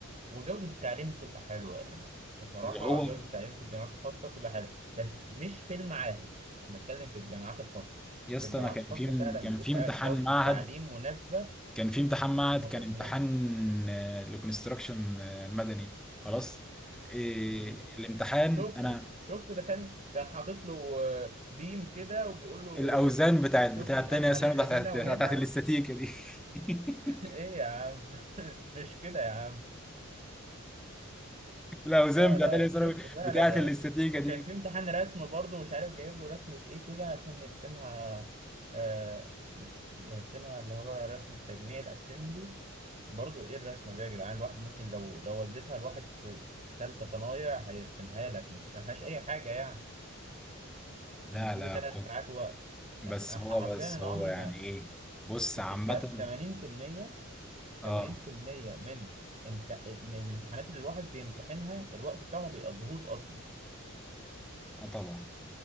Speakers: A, on the right; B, in the centre.
A: وجودة التعليم تبقى حلوة يعني بصراحة
B: اللي هو
A: جودة التعليم في الجامعات الخاصة تبقى حلوة بس مش في المعاهد بتكلم في الجامعات الخاصة
B: يا اسطى
A: في الجامعات
B: انا كان
A: الخاصة
B: في
A: فعلا
B: كان
A: بتبقى
B: في امتحان
A: جودة
B: معهد
A: التعليم مناسبة
B: كان في امتحان معهد
A: م...
B: كان امتحان
A: من...
B: آه، لكونستراكشن آه، مدني خلاص إيه
A: مم.
B: الامتحان
A: شفته
B: انا
A: شفته ده كان كان حاطط له آه، بيم كده وبيقول له
B: الاوزان بتاعت
A: آه،
B: بتاعت
A: شوف لي الأحمال
B: تانية ثانوي
A: اللي
B: بتاعت
A: هنا وهنا
B: بتاعت الاستاتيكا دي <laughs>
A: ايه يا عم <laughs> مش كده يا عم
B: الاوزان
A: لا
B: بتاعت
A: لا
B: تانية ثانوي
A: شوف فعلا
B: بتاعت الاستاتيكا
A: آه. وكان
B: دي
A: في امتحان رسم برضه مش عارف جايب له رسمة ايه كده عشان يرسمها آه يرسمها اللي هو رسم التجميع الاسمبلي برضه ايه الرسمة دي يا جدعان الواحد ممكن لو لو وديتها لواحد في في ثالثة صنايع هيرسمها لك مش ما فيهاش اي حاجة يعني ومديله
B: لا لا
A: ثلاث
B: كنت
A: ساعات وقت
B: بس
A: إح- إح-
B: هو
A: حرفيا
B: بس
A: انا
B: هو
A: عمري
B: يعني
A: ما
B: ايه بص
A: تس-
B: عامة
A: تا- 80%
B: اه
A: 80% من امت... من الامتحانات اللي الواحد بيمتحنها الوقت بتاعه ما بيقضيهوش اصلا
B: اه طبعا